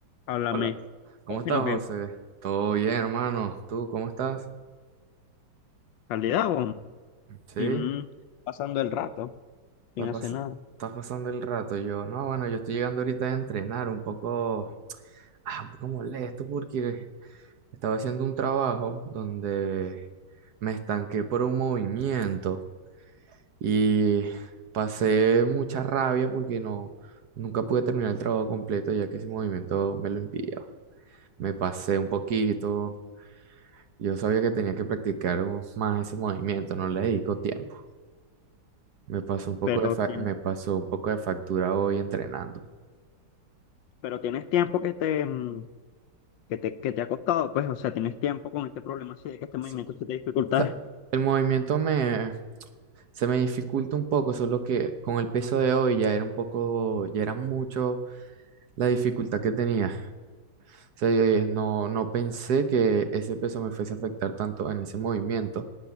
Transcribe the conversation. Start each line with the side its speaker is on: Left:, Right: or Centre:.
Left: Háblame,
Right: Hola, ¿cómo estás,
Left: sino
Right: José?
Left: que
Right: Todo bien, hermano. ¿Tú cómo estás?
Left: calidad, weón.
Right: Sí,
Left: ¿Quién
Right: estás,
Left: pasando el rato? ¿Quién
Right: pas-
Left: hace nada?
Right: estás pasando el rato. Yo, no, bueno, yo estoy llegando ahorita a entrenar un poco, ah, un poco molesto porque estaba haciendo un trabajo donde me estanqué por un movimiento y pasé mucha rabia porque no, nunca pude terminar el trabajo completo ya que ese movimiento me lo impidió. Me pasé un poquito. Yo sabía que tenía que practicar un- más ese movimiento, no le dedico tiempo. Me pasó un poco
Left: Pero,
Right: de fa-
Left: tien-
Right: me pasó un poco de factura hoy entrenando.
Left: pero tienes tiempo que te, mm, que te, que te ha costado, pues, o sea, tienes tiempo con este problema así de que este movimiento
Right: S-
Left: se te dificulta.
Right: sa- el movimiento me se me dificulta un poco, solo que con el peso de hoy ya era un poco, ya era mucho la dificultad que tenía. O sea, yo dije, no, no pensé que ese peso me fuese a afectar tanto en ese movimiento.